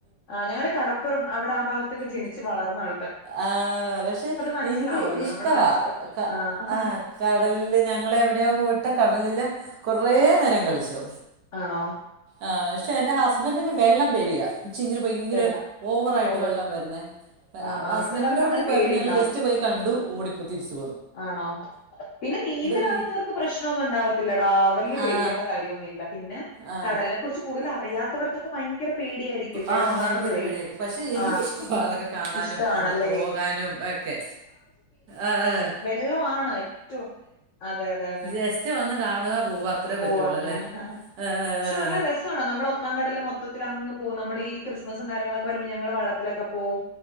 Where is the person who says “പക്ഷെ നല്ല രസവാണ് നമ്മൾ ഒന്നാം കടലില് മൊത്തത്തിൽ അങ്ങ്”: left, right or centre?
Left